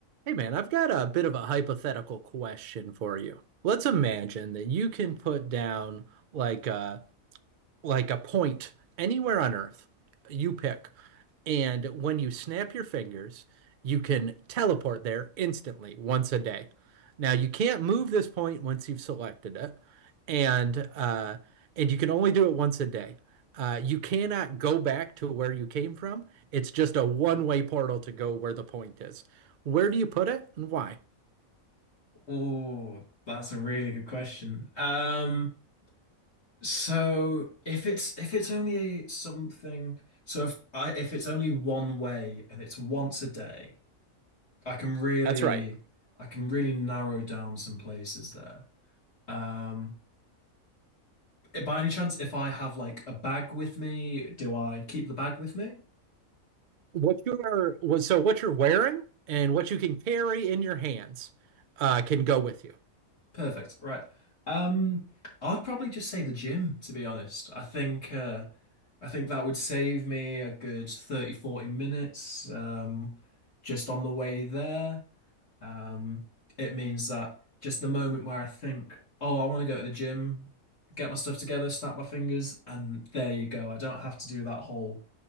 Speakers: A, on the right; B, on the left.
A: Hey man, I've got a bit of a hypothetical question for you. Let's imagine that you can put down like a like a point anywhere on Earth, you pick. And when you snap your fingers, you can teleport there instantly once a day. Now, you can't move this point once you've selected it, and uh, and you can only do it once a day. Uh, you cannot go back to where you came from. It's just a one-way portal to go where the point is. Where do you put it and why?
B: Oh, that's a really good question. Um, so if it's if it's only something, so if I if it's only one way and it's once a day, I can really
A: That's right.
B: I can really narrow down some places there. Um, eh, by any chance, if I have like a bag with me, do I keep the bag with me?
A: What you're what, so what you're wearing and what you can carry in your hands uh, can go with you.
B: Perfect. Right. Um, I'd probably just say the gym, to be honest. I think uh I think that would save me a good 30, 40 minutes um just on the way there. Um it means that just the moment where I think, oh, I want to go to the gym, get my stuff together, snap my fingers, and there you go. I don't have to do that whole